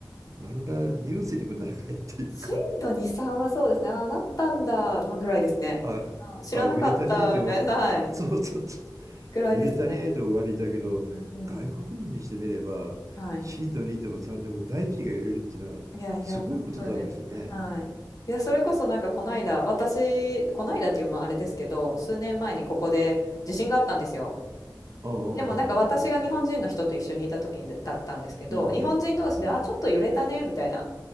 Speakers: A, on the right (about 45°); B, on the left (about 50°).
A: 何らニュースにもならないっていうか
B: 震度2、3はそうですね。ああ、なったんだ、まあ、ぐらいですね。
A: あ、
B: あ、知らなかった、
A: あ、揺れたねと、
B: みたいな、はい。
A: <laughs> そうそうそう。
B: ぐらいですね。
A: 揺れたねと終わりだけど、
B: うんうんうんうん。
A: 外国人にしてみれば、
B: はい。
A: 震度2でも3でも大気が揺れるっていうのはすごいことだろうしね。
B: いやいや、本当に。はい。いや、それこそなんかこの間、私、この間っていうまああれですけど、数年前にここで地震があったんですよ。
A: うんうんうん
B: でもなんか私が日本人の人と一緒にいた時にだったんですけど、
A: うんうん。
B: 日本人同士で、
A: うんうん
B: あ、ちょっと揺れたね、みたいな